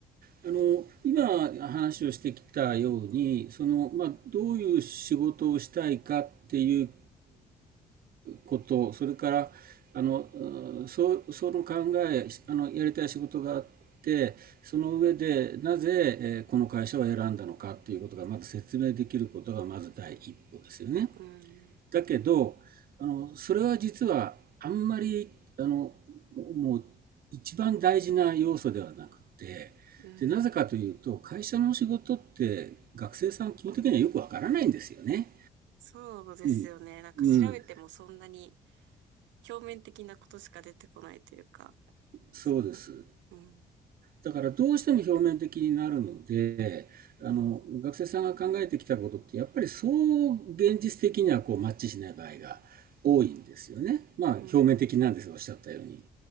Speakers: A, on the right; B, on the right.
A: あの今話をしてきたようにその、まあ、どういう仕事をしたいかっていうことそれからあのうそその考えあのやりたい仕事があってその上でなぜ、えーこの会社を選んだのかっていうことがまず説明できることがまず第一歩ですよね。
B: うん、
A: だけど、
B: うん、
A: あの、それは実はあんまり、あの、もう一番大事な要素ではなくて、
B: うん。
A: で、なぜかというと、会社の仕事って学生さん基本的にはよくわからないんですよね。
B: そうですよね。
A: うん、
B: なんか調べてもそんなに
A: うん、
B: 表面的なことしか出てこないというか、
A: そうです。
B: そんな、うん、
A: だからどうしても表面的になるので、あの、
B: うん。
A: 学生さんが考えてきたことって、やっぱりそう現実的にはこうマッチしない場合が多いんですよね。まあ、
B: うんうん
A: 表面的なんです、おっしゃったように。